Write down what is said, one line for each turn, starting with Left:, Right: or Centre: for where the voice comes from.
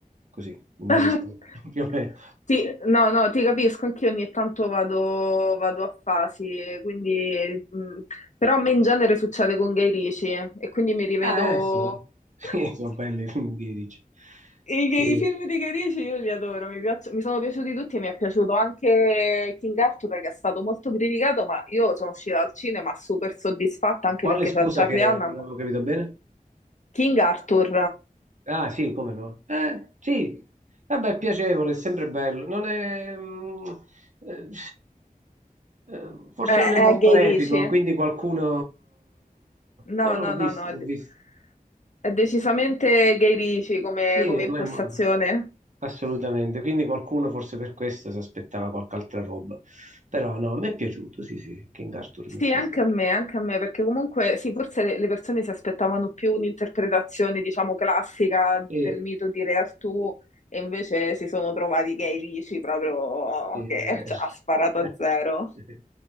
Right: così, il mese
Left: <laughs>
Right: scorso, <laughs> più o meno.
Left: Sì, no, no, ti capisco, anch'io ogni tanto vado, vado a fasi, quindi, mh, però a me in genere succede con Guy Ritchie e quindi mi rivedo
Right: Ah, eh, sì, <laughs>
Left: <laughs>
Right: Sì, sono belli i film di Edici.
Left: i,
Right: Sì.
Left: i film di Guy Ritchie, io li adoro, mi piaccio- mi sono piaciuti tutti e mi è piaciuto anche King Arthur che è stato molto criticato, ma io sono uscita al cinema super soddisfatta anche
Right: Quale
Left: perché
Right: scusa
Left: c'è Charlie
Right: che
Left: Hunnam.
Right: non avevo capito bene?
Left: King Arthur
Right: Ah, sì, come no? Eh, sì, vabbè, è piacevole, è sempre bello. Non è, mm, eh, eh, forse
Left: è, è
Right: non è molto
Left: Guy
Right: epico,
Left: Ritchie?
Right: quindi qualcuno...
Left: No,
Right: No, non
Left: no,
Right: l'ho visto,
Left: no, no, è,
Right: l'ho
Left: de-
Right: visto.
Left: è decisamente Guy Ritchie come
Right: Sì,
Left: come impostazione.
Right: ma è mo- assolutamente. Quindi qualcuno forse per questo si aspettava qualche altra roba. Però no, mi è piaciuto, sì, sì, King Arthur
Left: Sì,
Right: mi è piaciuto.
Left: anche a me, anche a me, perché comunque sì, forse le, le persone si aspettavano più un'interpretazione, diciamo, classica
Right: Sì.
Left: del mito di Re Artù e invece si sono trovati gay lisci proprio
Right: Eh,
Left: che cioè, ha sparato
Right: <laughs>
Left: a zero.